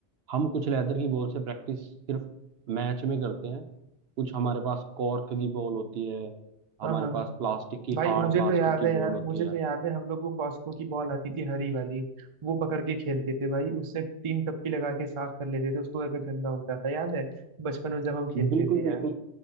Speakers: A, on the right; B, on the right.
A: हम कुछ लेदर की बॉल से प्रैक्टिस सिर्फ मैच में करते हैं कुछ हमारे पास कॉर्क की बॉल होती है हमारे
B: हाँ हाँ
A: पास प्लास्टिक की
B: भाई
A: हार्ड
B: मुझे
A: प्लास्टिक
B: तो याद
A: की
B: है
A: बॉल
B: यार
A: होती
B: मुझे
A: है
B: तो याद है हम लोग वो कॉस्को की बॉल आती थी हरी वाली वो पकड़ के खेलते थे भाई उससे तीन टप्पी लगा के साफ कर लेते थे उसको अगर गंदा होता था याद है बचपन में जब हम खेलते
A: बिल्कुल
B: थे
A: बिल्कुल
B: यार